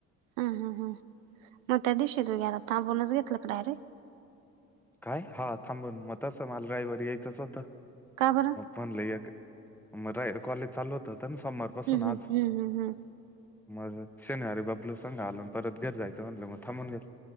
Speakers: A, on the right; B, in the centre.
A: हा हा हां मग त्या दिवशी तू घ्याला तर बोनस घेतलं का डायरेक्ट.
B: काय हा थांबून मग तसं मालगाई व यायचंच होतं.
A: काबर.
B: पण ल कॉलेज चालू होत होता ना सोमार पासून
A: हम्म
B: आज.
A: हम्म हम्म हम्म हम्म
B: मग शेनहारी बापलू सांगा आला परत घर जायचं म्हणलं मग थांबून घेत.